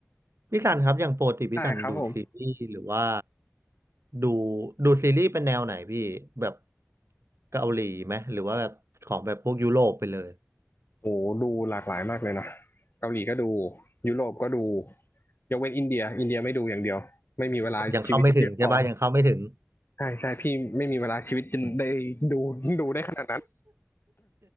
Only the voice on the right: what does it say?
พี่สันครับอย่างปกติพี่สันดูซีรีส์หรือว่า
ดูดูซีรีส์เป็นแนวไหนพี่แบบเกาหลีไหมหรือว่าแบบของแบบพวกยุโรปไปเลย
ยังเข้าไม่ถึงใช่ปะยังเข้าไม่ถึง